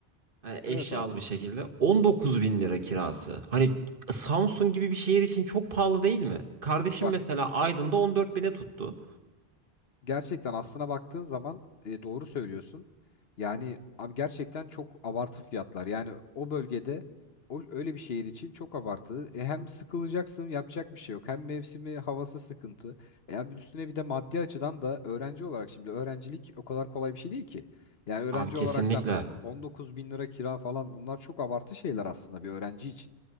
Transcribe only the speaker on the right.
Yani eşyalı
bir şekilde. 19 bin lira kirası. Hani Samsun gibi bir şehir için çok pahalı değil mi? Kardeşim
mesela Aydın'da 14 bine tuttu.
Abi kesinlikle.